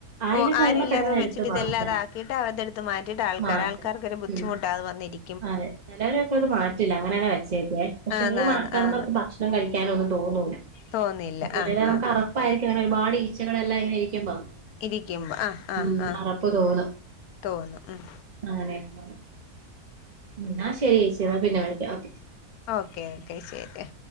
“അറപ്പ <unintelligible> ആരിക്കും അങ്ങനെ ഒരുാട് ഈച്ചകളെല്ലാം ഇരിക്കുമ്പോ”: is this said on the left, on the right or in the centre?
Right